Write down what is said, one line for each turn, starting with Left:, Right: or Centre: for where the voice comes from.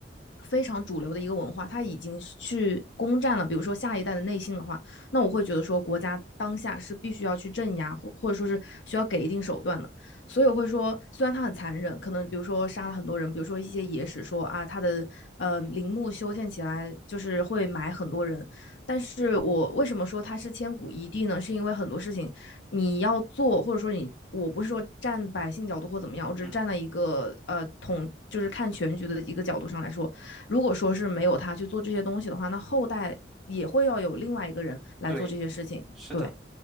Left: 非常主流的一个文化，它已经去攻占了，比如说下一代的内心的话，那我会觉得说国家当下是必须要去镇压，或或者说是需要给一定手段的。所以我会说，虽然它很残忍，可能比如说杀了很多人，比如说一些野史说啊，它的呃陵墓修建起来就是会埋很多人。但是我为什么说它是千古一帝呢？是因为很多事情你要做，或者说你，我不是说站百姓角度或怎么样，我只是站在一个呃统，
Centre: 嗯，
Left: 就是看全局的一个角度上来说，如果说是没有他去做这些东西的话，那后代也会要有另外一个人来做这些事情。
Centre: 对，是的。
Left: 对，